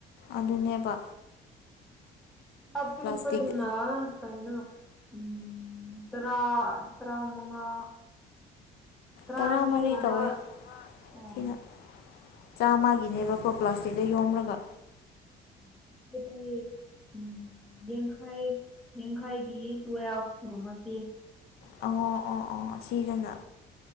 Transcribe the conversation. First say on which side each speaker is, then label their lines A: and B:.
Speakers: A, on the left; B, in the centre.
A: ꯑꯗꯨꯅꯦꯕ
B: ꯑꯥꯄꯄꯤꯛꯄꯗꯨꯅ
A: ꯄ꯭ꯂꯥꯁꯇꯤꯛꯇ
B: ꯀꯩꯅꯣ ꯎꯝ ꯇꯔꯥ ꯇ꯭ꯔ ꯃꯉꯥ ꯇꯔꯥ
A: ꯇꯔꯥꯃꯔꯤ
B: ꯑꯅꯤꯒꯨꯝꯕ
A: ꯇꯧꯋꯦ
B: ꯑꯣ
A: ꯁꯤꯅ ꯆꯥꯝꯃꯒꯤꯅꯦꯕꯀꯣ ꯄ꯭ꯂꯥꯁꯇꯤꯛꯇ ꯌꯣꯝꯔꯒ
B: ꯎꯝ <inaudible> ꯍꯥꯏꯗꯤ ꯎꯝ ꯌꯦꯡꯈꯥꯏ ꯌꯦꯡꯈꯥꯏꯒꯤ ꯇꯨꯌꯦꯜ꯭ꯞ ꯨꯒꯨꯝꯕꯥ ꯄꯤ
A: ꯑ ꯑꯣ ꯑꯣ ꯁꯤꯗꯅ